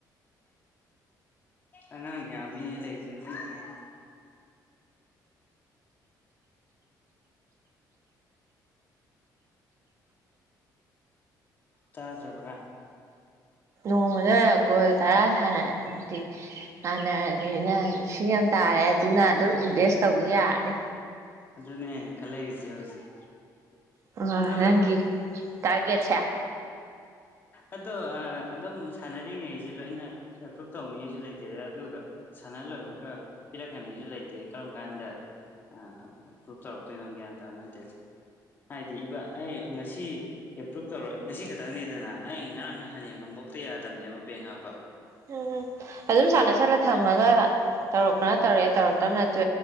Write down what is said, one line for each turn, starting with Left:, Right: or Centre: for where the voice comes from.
Left: ꯑꯉꯥꯡ ꯉꯃꯤ ꯂꯩ ꯂꯩꯖꯅꯦ ꯇꯥꯖꯕꯥ
Right: ꯅꯣꯡꯃꯗ ꯀꯣꯜ ꯇꯔꯥ ꯁꯥꯟꯅꯔꯗꯤ ꯁꯥꯟꯅꯔꯅꯤꯅ ꯂꯤꯁꯤꯡ ꯌꯥꯝ ꯇꯥꯔꯦ ꯑꯗꯨꯅ ꯑꯗꯨꯝ ꯏꯟꯚꯦꯁ ꯇꯧꯕ ꯌꯥꯔꯅꯤ
Left: ꯑꯗꯨꯅꯦꯅꯦ ꯈꯜꯂꯛꯏꯁꯦ ꯍꯧꯖꯤꯛ
Right: ꯑ
Left: ꯑꯗꯣ
Right: ꯅꯪꯒꯤ ꯇꯔꯒꯦꯠ ꯑ
Left: ꯑꯗꯣ ꯑꯗꯨꯝ ꯁꯥꯟꯅꯔꯤꯉꯩꯁꯦ ꯂꯣꯏꯅ ꯑꯦꯄ꯭ꯔꯨꯞ ꯇꯧꯅꯤꯡꯉꯤꯁꯨ ꯂꯩꯇꯦꯗ ꯑꯗꯨꯒ ꯁꯥꯟꯅ ꯂꯣꯏꯕꯒ ꯄꯤꯔꯛꯀꯅꯤꯁꯨ ꯂꯩꯇꯦ ꯀꯔꯝ ꯀꯥꯟꯗ ꯑꯦꯄ꯭ꯔꯨꯞ ꯇꯧꯔꯛꯇꯣꯏꯅꯣ ꯒ꯭ꯌꯥꯟ ꯇꯥꯕ ꯅꯠꯇꯦ ꯍꯥꯏꯗꯤ ꯏꯕꯥ ꯑꯩ ꯉꯁꯤ ꯑꯦꯄ꯭ꯔꯨꯞ ꯇꯧꯔ ꯉꯁꯤ ꯈꯛꯇꯪꯅꯤꯗꯅ ꯑꯩ ꯉꯔꯥꯡ ꯅꯍꯥꯟ ꯉꯝꯕꯣꯛꯇ ꯌꯥꯗꯕꯅꯦꯕ ꯕꯦꯡ ꯍꯥꯞꯄ
Right: ꯎꯝ ꯑꯗꯨꯝ
Left: ꯉꯁꯤ
Right: ꯁꯥꯟꯅ
Left: ꯍꯣꯏ
Right: ꯁꯠꯂ ꯊꯝꯃꯒ ꯇꯧꯔꯛꯄꯅ ꯇꯧꯔꯛꯑꯦ ꯇꯧꯔꯛꯇꯕ ꯇ ꯑꯗꯨ